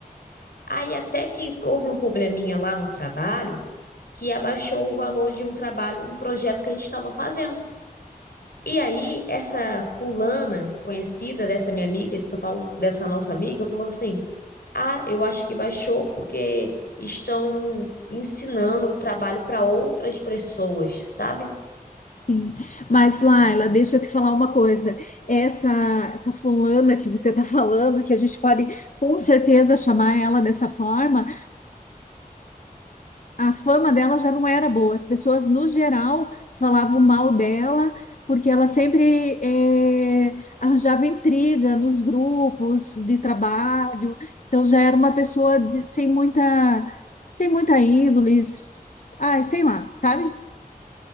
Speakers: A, on the left (about 75°); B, on the left (about 55°).
A: Aí até que houve um probleminha lá no trabalho que abaixou o valor de um trabalho, um projeto que a gente estava fazendo. E aí, essa fulana conhecida dessa minha amiga de São Paulo, dessa nossa amiga, falou assim: Ah, eu acho que baixou porque estão ensinando o trabalho para outras pessoas, sabe?
B: sim. Mas, Laila, deixa eu te falar uma coisa. Essa, essa fulana que você está falando, que a gente pode com certeza chamar ela dessa forma, a fama dela já não era boa. As pessoas, no geral, falavam mal dela, porque ela sempre eh, arranjava intriga nos grupos de trabalho. Então, já era uma pessoa de- sem muita, sem muita índole, s- ai, sei lá, sabe?